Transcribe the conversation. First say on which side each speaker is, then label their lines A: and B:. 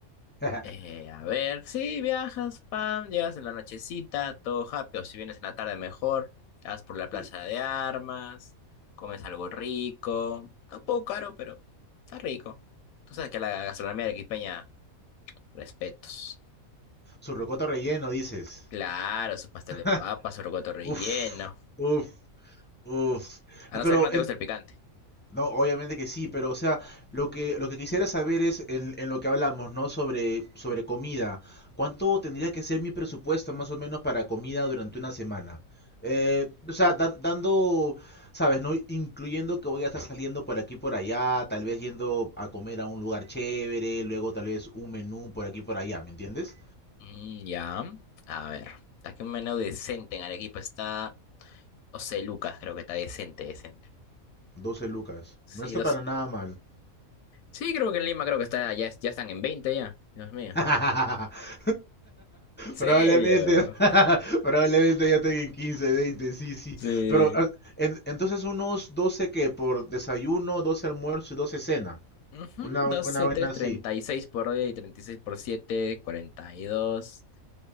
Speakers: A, on the left; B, on the left.
A: <laughs>
B: Eh, a ver, sí, viajas, pam, llegas en la nochecita, todo happy, o si vienes en la tarde mejor, vas por la plaza
A: Sí.
B: de armas, comes algo rico, está un poco caro, pero está rico. Tú sabes que la gastronomía de Arequipeña, respetos.
A: Su rocoto relleno, dices.
B: Claro, su pastel
A: <laughs>
B: de papa, su rocoto relleno,
A: Uf, uf, uf.
B: a no
A: Pero
B: ser que no te guste el picante.
A: No, obviamente que sí, pero o sea, lo que, lo que quisiera saber es en, en lo que hablamos, ¿no? Sobre, sobre comida. ¿Cuánto tendría que ser mi presupuesto más o menos para comida durante una semana? Eh, o sea, dan- dando, ¿sabes? ¿No? Incluyendo que voy a estar saliendo por aquí y por allá, tal vez yendo a comer a un lugar chévere, luego tal vez un menú por aquí y por allá, ¿me entiendes?
B: Mm, ya, a ver, aquí un menú decente en Arequipa está, o sea, Lucas creo que está decente, decente.
A: Doce, lucas.
B: Sí,
A: No está para nada mal.
B: Sí, creo que en Lima creo que está, ya, ya están en 20 ya. Dios mío.
A: <laughs>
B: serio?
A: Probablemente, <laughs> probablemente ya tenga en 15, 20, sí, sí.
B: Sí.
A: Pero ah, en- entonces unos 12 que por desayuno, 12 almuerzo y 12 cena.
B: Ujú,
A: Una, buen-
B: doce,
A: una buena
B: tres,
A: así.
B: treinta y seis por día y 36 por 7, 42.